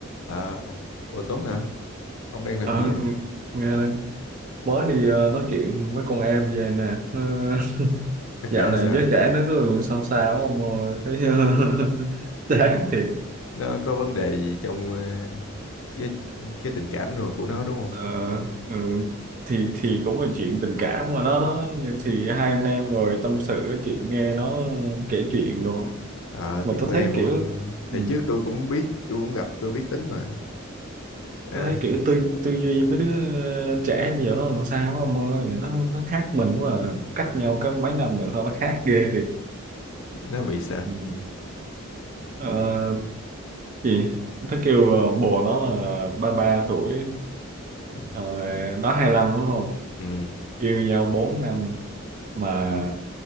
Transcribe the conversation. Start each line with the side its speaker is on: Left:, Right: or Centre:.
Left: À, ủa Tuấn hả? Ông đang làm
Right: Ờ,
Left: gì
Right: ng-
Left: à?
Right: nghe đây mới đi ờ, nói chuyện với con em về nè Nó- <laughs>
Left: Nó
Right: dạo
Left: kể
Right: này
Left: sao?
Right: giới trẻ nó cứ sao sao ông ơi thấy uh, <laughs> chán thiệt
Left: Nó có vấn đề gì trong ờ, cái cái tình cảm rồi của nó đúng không?
Right: Ờ, ừ. thì thì cũng là chuyện tình cảm mà nó nó thì hai anh em ngồi tâm sự nói chuyện nghe nó kể chuyện rồi
Left: À,
Right: mà
Left: thì con
Right: tôi
Left: em
Right: thấy kiểu
Left: không thì
Right: ừ,
Left: trước tôi cũng biết, tôi cũng gặp, tôi biết tính mà. À,
Right: tôi thấy kiểu tư tư duy mấy đứa ờ, trẻ bây giờ nó làm sao ông ơi nó nó khác mình quá à. cách nhau có mấy năm mà sao nó khác ghê thiệt
Left: nó bị sao?
Right: ừ. Ờ, Gì? Nó kêu ờ, bồ nó là ba ba tuổi
Left: Ừ.
Right: ờ, Nó hai lăm đúng không
Left: Ừ.
Right: Yêu nhau bốn năm Mà